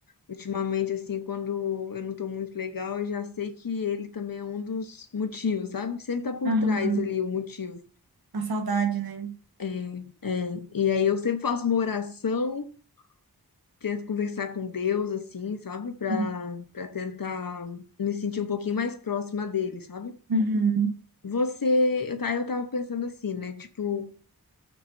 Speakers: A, on the left; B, on the right.
A: Ultimamente, assim, quando eu não tô muito legal, eu já sei que ele também é um dos motivos, sabe? Sempre tá por
B: Aham.
A: trás ali o motivo.
B: A saudade, né?
A: É, é. E aí eu sempre faço uma oração, tento conversar com Deus, assim, sabe? Pra,
B: Uhum.
A: pra tentar me sentir um pouquinho mais próxima dele, sabe?
B: Uhum.
A: Você, eu, tá, eu tava pensando assim, né? Tipo,